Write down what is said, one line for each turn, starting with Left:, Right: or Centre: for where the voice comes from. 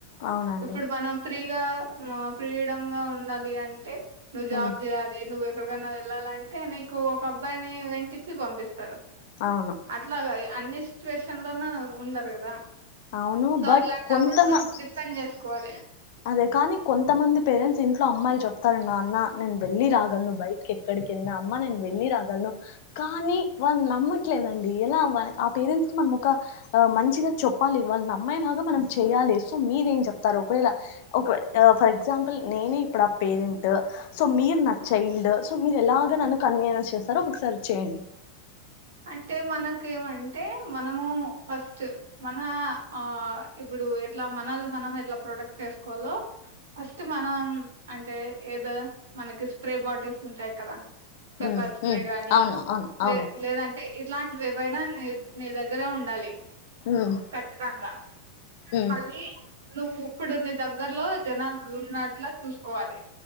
Left: అవునండి
Right: ఇప్పుడు బనం ఫ్రీ గా మా ఫ్రీడం గా ఉండాలి అంటే నుజాబ్
Left: ఉమ్
Right: జేయ్యాలి నువ్ ఎక్కడకన్నా వెళ్ళాలంటే నీకు ఒక అబ్బాయిని వెంటిచ్చి పంపిస్తారు
Left: అవును
Right: అట్లాగా ఇగ అన్ని సిచ్యువేషన్ లోను ఉండరు కదా
Left: అవును
Right: సో
Left: బట్
Right: అట్లాంటి
Left: కొంతమ
Right: అప్పుడు ను్వు డిపెండ్ చేసుకోవాలి
Left: ది కానీ కొంతమంది పేరెంట్స్ ఇంట్లో అమ్మాయిలు చెప్తారు నా అన్న నేను వెళ్ళి రాగలను బయటకి ఎక్కడిలెళ్లిన అమ్మా నేను వెళ్లిి రాగలను కానీ వాళ్ళు నమ్మట్లేదండి ఎలా ఆ పేరెంట్స్ కి మనం ఒక మంచిగా చెప్పాలి వాళ్ళు నమ్మేలాగా మనం చెయాలి సో మీరెం ఏం చెప్తారు ఒకవేళ ఒక ఫర్ ఎగ్జాంపుల్ నేనే ఇప్పుడు ఆ పేరెంట్ సో మీరు నా చైల్డ్ సో మీరు ఎలాగ నన్ను కన్వీనియన్స్ చేస్తారో ఒకసారి చేయండి
Right: అంటే మనకేమంటే మనము ఫస్ట్ మన ఆ ఇప్పుడు ఎట్లా మనల్ మనం ఎట్లా ప్రొడక్ట్ చేసుకోవాలో ఫస్ట్ మనం అంటే ఏదో మనకి స్ప్రే బాటిల్స్ ఉంటాయి కదా పెప్పర్
Left: ఉమ్
Right: స్ప్రే
Left: ఉమ్
Right: గాని
Left: అవును అవును
Right: లే
Left: అవును
Right: లేదం ఇట్లాంటివివైనా న నీ దగ్గర ఉండాలి
Left: ఉమ్
Right: ఖచ్చితంగా
Left: ఉమ్
Right: మళ్ళీ నువ్వు ఇప్పుడు నీ దగ్గర్లో జనాలు ఉన్నట్లా చూసుకోవాలి